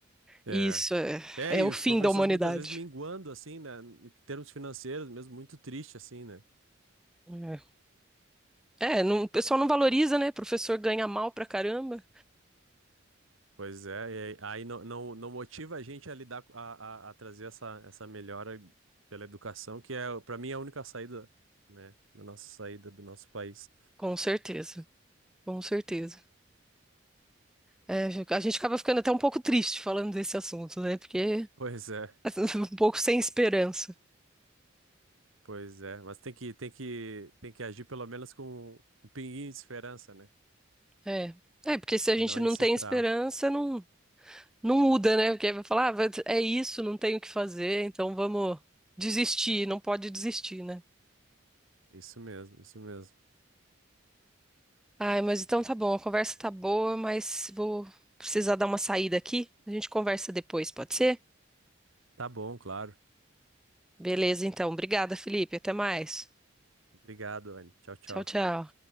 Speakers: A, on the right; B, in the centre.
A: É.
B: E Isso é,
A: É,
B: é
A: e
B: o fim
A: os professores
B: da humanidade.
A: muitas vezes minguando assim, né, em termos financeiros mesmo, muito triste assim, né?
B: É, É, não- o pessoal não valoriza, né? Professor ganha mal pra caramba.
A: Pois é, e aí aí não, não, não motiva a gente a lidar, co- a, a, a trazer essa, essa melhora pela educação, que é, para mim, é a única saída, né, da nossa saída do nosso país.
B: Com certeza, com certeza. É, a gente acaba ficando até um pouco triste falando desse assunto, né? Porque
A: Pois é.
B: <laughs> um pouco sem esperança.
A: Pois é, mas tem que, tem que, tem que agir pelo menos com um pinguinho de esperança, né?
B: É, é porque
A: Senão
B: se a gente
A: a
B: não
A: gente se
B: tem
A: trava.
B: esperança, não Não muda, né? Porque aí vai falar, ah, vai- é isso, não tenho o que fazer, então vamos desistir, não pode desistir, né?
A: Isso mesmo, isso mesmo.
B: Ai, mas então tá bom, a conversa tá boa, mas vou precisar dar uma saída aqui. A gente conversa depois, pode ser?
A: Tá bom, claro.
B: Beleza, então. Obrigada, Felipe. Até mais.
A: Obrigado, Anne. Tchau, tchau.
B: Tchau, tchau.